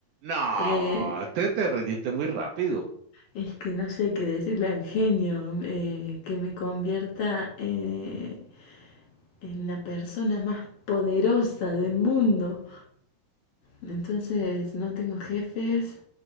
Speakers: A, on the right; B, on the left.
A: No,
B: Eh,
A: te, te rendiste muy rápido.
B: es que no sé qué decirle al genio, eh, que me convierta, eh, en la persona más poderosa del mundo. Entonces no tengo jefes